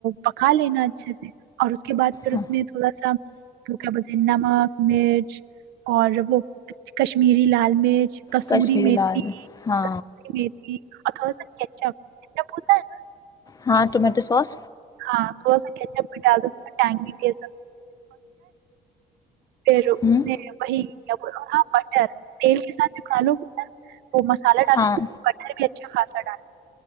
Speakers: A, on the right; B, on the left.
A: پکا لینا اچھے سے اور اس کے بعد پھر
B: ہاں
A: اس میں تھوڑا سا کیا بولتے ہیں نمک مرچ اور وہ کشمیری لال مرچ کسوری
B: کشمیری
A: م
B: لال
A: تھی
B: مرچ ہاں
A: ک مھی اور تھوڑا ساچ اپپ ہوتا ہے نا
B: ہاں ٹومیٹو سوس
A: ہاں تھوڑا ساال دوا ٹگی پھر وہی
B: ہوں
A: بٹر تیل کے ساتھ میںکا لو بٹر وہ مسالہ ڈالا
B: ہاں
A: بٹر بھی اچھا خاصا ڈر